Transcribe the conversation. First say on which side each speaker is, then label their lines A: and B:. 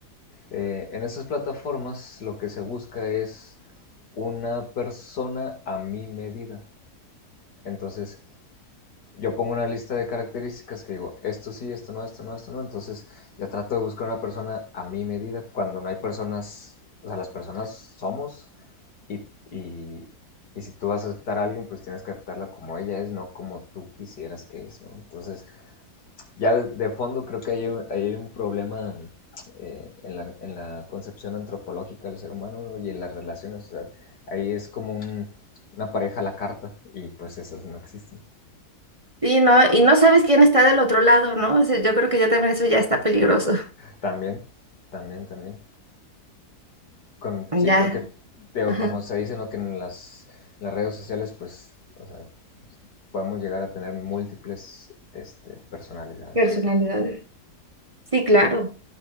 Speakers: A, on the left; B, on the right.
A: Eh, en esas plataformas lo que se busca es una persona a mi medida. Entonces, yo pongo una lista de características que digo, esto sí, esto no, esto no, esto no. Entonces, yo trato de buscar una persona a mi medida. Cuando no hay personas, o sea, las personas somos y, y, y si tú vas a aceptar a alguien, pues tienes que aceptarla como ella es, no como tú quisieras que es. ¿no? Entonces, ya de, de fondo creo que hay, un- hay un problema eh, en la, en la concepción antropológica del ser humano ¿no? y en las relaciones. o sea, ahí es como un- una pareja a la carta y pues esas no existen.
B: Sí, ¿no? Y no sabes quién está del otro lado, ¿no? O sea, yo creo que ya también eso ya está peligroso.
A: También, también, también. Con,
B: <laughs>
A: sí,
B: Ya.
A: porque digo,
B: Ajá,
A: como se dice ¿no? que en las, en las redes sociales pues o sea, podemos llegar a tener múltiples este, personalidades
B: personalidades. Sí, claro.